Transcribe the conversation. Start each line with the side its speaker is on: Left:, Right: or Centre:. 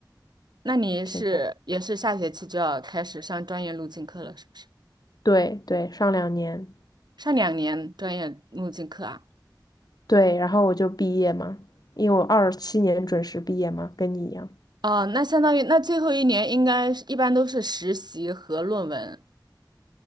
Right: 那你是也是下学期就要开始上专业路径课了，
Left: 前端，
Right: 是不是？
Left: 对对，上两年，
Right: 上两年专业路径课啊？
Left: 对，然后我就毕业嘛，因为我二七年准时毕业嘛，跟你一样。
Right: 哦，那相当于那最后一年应该是一般都是实习和论文。